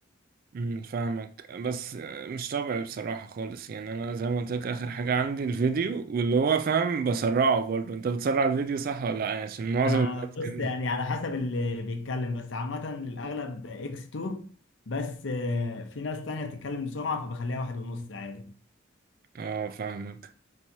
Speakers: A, on the right; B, on the left.
A: امم فاهمك بس مش طبيعي بصراحة خالص يعني أنا زي ما قلت لك آخر حاجة عندي الفيديو واللي هو فاهم بسرعه برضه أنت بتسرع الفيديو صح ولا لأ يعني عشان معظم
B: انا
A: الناس
B: بص
A: كده
B: يعني على حسب اللي بيتكلم بس عامه الاغلب اكس 2 بس آه، في ناس تانية بتتكلم بسرعه فبخليها واحد ونص عادي
A: اه فاهمك